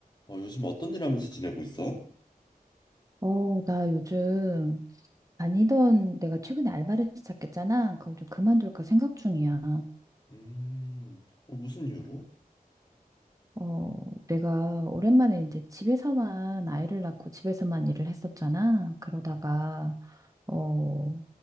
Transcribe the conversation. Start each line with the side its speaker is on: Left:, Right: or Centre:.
Left: 어, 요즘 어떤 일 하면서 지내고 있어?
Right: 어, 나 요즘 다니던 내가 최근에 알바를 시작했잖아. 그걸 좀 그만둘까 생각 중이야.
Left: 음, 어, 무슨 이유로?
Right: 어, 내가 오랜만에 이제 집에서만 아이를 낳고 집에서만 일을 했었잖아. 그러다가,
Left: 음,
Right: 어,